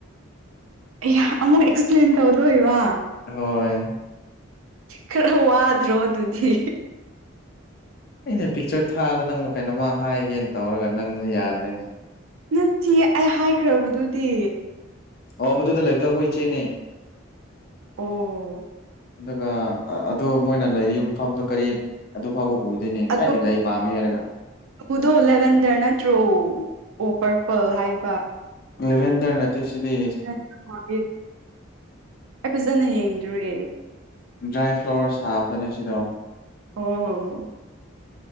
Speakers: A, on the right (about 80°); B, on the left (about 45°).
A: ꯑ ꯑꯃꯛ ꯑꯦꯛꯁ ꯄ꯭ꯂꯦꯟꯟ ꯇꯧꯗꯣ ꯏ ꯋꯥ
B: ꯍꯣꯏ
A: ꯈꯔ ꯋꯥꯗ꯭ꯔꯣ ꯑꯗꯨꯗꯤ
B: ꯑꯩꯅ ꯄꯤꯛꯆꯔ ꯊꯥꯗ ꯅꯪ ꯀꯩꯅꯣꯝꯃ ꯍꯥꯏꯒꯦꯅ ꯇꯧꯔꯒ ꯅꯪꯁꯦ ꯌꯥꯗ꯭ꯔꯦꯅꯦ
A: ꯅꯠꯇꯦꯌ‌ꯦ ꯑꯩ ꯍꯥꯏꯈ꯭ꯔꯕꯗꯨꯗꯤ
B: ꯑꯣ ꯃꯗꯨꯗ ꯂꯩꯕꯗꯣ ꯑꯩꯈꯣꯏ ꯏꯆꯦꯅꯦ
A: ꯑꯣ
B: ꯑꯗꯨꯒ ꯑꯗꯨ ꯃꯣꯏꯅ ꯂꯩꯔꯤꯕ ꯃꯐꯝꯗꯨ ꯀꯔꯤ ꯑꯗꯨ ꯐꯥꯎꯕ ꯎꯗ‌ꯦꯅꯦ ꯉꯁꯥꯏꯗꯩ
A: ꯑꯗꯣ
B: ꯂꯩ ꯄꯥꯝꯃꯦ ꯍꯥꯏꯔꯒ
A: ꯑꯗꯨꯗꯣ ꯂꯦꯚꯦꯟꯗꯔ ꯅꯠꯇ꯭ꯔꯣ ꯑꯣ ꯄꯔꯄꯜ ꯍꯥꯏꯕ
B: ꯂꯦꯚꯦꯟꯗ꯭ꯔ ꯅꯠꯇꯦꯁꯤꯗꯤ꯫
A: <unintelligible> ꯑꯩ ꯐꯖꯅ ꯌꯦꯡꯗ꯭ꯔꯤ
B: ꯖꯌꯥꯏ ꯐ꯭ꯂꯥꯋꯔ ꯁꯥꯕꯒꯤꯅꯦ ꯁꯤꯗꯣ
A: ꯑꯣ꯫